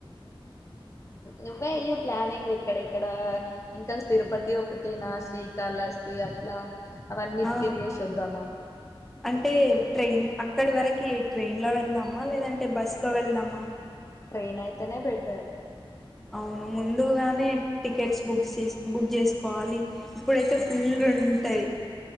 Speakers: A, on the left (about 30°); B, in the centre.
A: నువ్వే వేయి ప్లానింగ్ ఎక్కడెక్కడ ఇంకా తిరుపతి ఒకటేనా శ్శ్రీకాళహస్తి అట్లా అవన్నీ
B: ఆ
A: తిరిగే వద్దామా
B: అంటే ట్రైన్ అక్కడి వరకి ట్రైన్ లో వెళ్దామా లేదంటే బస్ లో వెళ్దామా
A: ట్రైన్ ఐతే నే బెటర్
B: అవును ముందుగానే టికెట్స్ బుక్ చే బుక్ చేసుకోవాలి ఇప్పుడైతే
A: ఉమ్
B: ఫుల్లుఉంటది